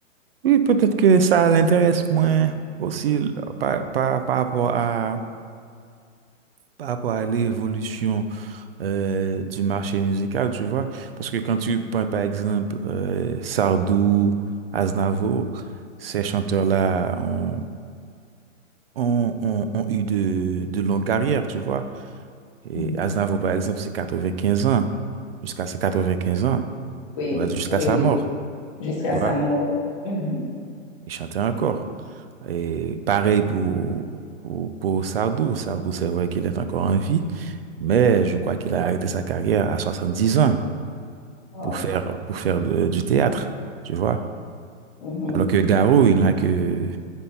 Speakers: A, on the right (about 50°); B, on the left (about 25°).
A: Oui, peut-être que ça l'intéresse moins aussi là, par, par, par rapport à, par rapport à l'évolution euh, du marché musical, tu vois. Parce que quand tu prends par exemple euh, Sardou, Aznavour, ces chanteurs-là ont, ont, ont- ont eu de, de longues carrières, tu vois. Et
B: Mhm.
A: Aznavour, par exemple, c'est 95 ans, jusqu'à ses 95 ans,
B: Oui,
A: on va dire jusqu'à
B: oui,
A: sa
B: oui.
A: mort,
B: Jusqu'à
A: tu vois.
B: sa mort. Mhm.
A: Il chantait encore. Et pareil pour, pour, pour Sardou. Sardou, c'est vrai qu'il est encore en vie, mais je crois qu'il a arrêté sa carrière à 70 ans
B: Wow.
A: pour faire, pour faire de- du théâtre, tu vois.
B: Mhm.
A: Alors que Garou, il n'a que